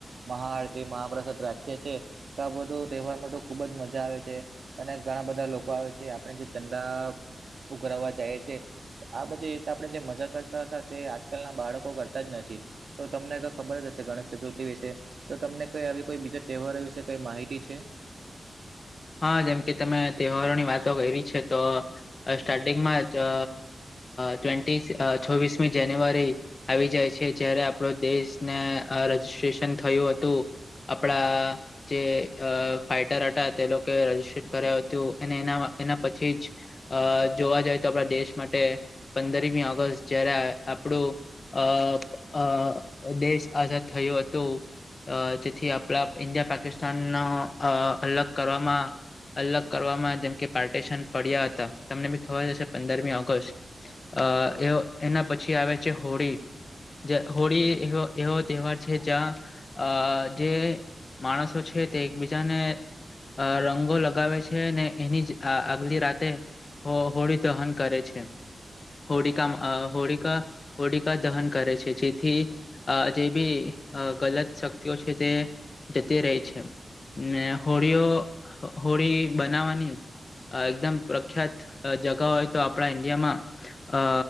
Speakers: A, on the right; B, on the left.
A: મહાઆરતી મહાપ્રસાદ રાખીએ છીએ તો બધું તહેવારમાં તો ખુબ જ મજા આવે છે. અને ઘણા બધા લોકો આવે છે આપણે જે ચંદા ઉઘરાવા જાય છે. આ બધી એ તો આપણે જે મજા કરતા હતા તે આજકાલના બાળકો કરતા જ નથી. તો તમને કઈ ખબર જ હશે ગણેશ ચતુર્થી વિશે તો તમને કઈ આવી કોઈ બીજા તહેવારો વિશે કઈ માહિતી છે.
B: હા જેમ કે તમે તહેવારોની વાતો કરી છે તો સ્ટાર્ટિંગમાં જ ટ્વેન્ટી છોવીસમી જાન્યુઆરી આવી જાય છે જયારે આપણો દેશને રજીિસ્ટ્રેશન થયું હતું. આપણા જે અ ફાઈટર તે લોકો રજીસ્ટ કરાય હતું અને એ એના પછી જ અ જોવા જઈએ તો આપણા દેશ માટે પંદરમી ઓગસ્ટ જયારે આપણું અ આ દેશ આઝાદ થયો હતો અ જેથી આપણા ઇન્ડિયા પાકિસ્તાનનો અલગ કરવામાં અલગ કરવામાં જેમકે પાર્ટિશન પડ્યા હતા તમને બી ખબર જશે પંદરમી ઓગસ્ટ અ એ એના પછી આવે છે હોળી હોળી એવો તહેવાર છે જ્યાં આ જે માણસો છે તે એકબીજાને અ રંગો લગાવે છે ને એની જ આગલી રાતે હો હોળી દહન કરે છે. હોળીકા હોળીકા હોળીકા દહન કરે છે જેથી આ જે બી ગલત શક્તિઓ છે તે જતી રહી છે. ને હોળીઓ હોળી બનાવાની એકદમ પ્રખ્યાત જગા હોય તો આપણા ઈન્ડિયામાં અ